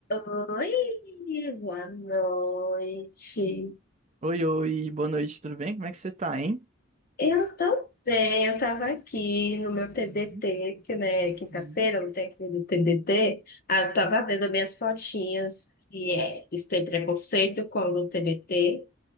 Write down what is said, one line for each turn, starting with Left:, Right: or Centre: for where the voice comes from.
Left: Oi, boa noite.
Right: Oi, oi, boa noite, tudo bem? Como é que você tá, hein?
Left: Eu tô bem, eu tava aqui no meu TBT,
Right: Uhum,
Left: porque né, quinta-feira
Right: uhum.
Left: eu não tem aquele TBT. Ah, eu tava vendo minhas fotinhas, que é, eles têm preconceito com o TBT.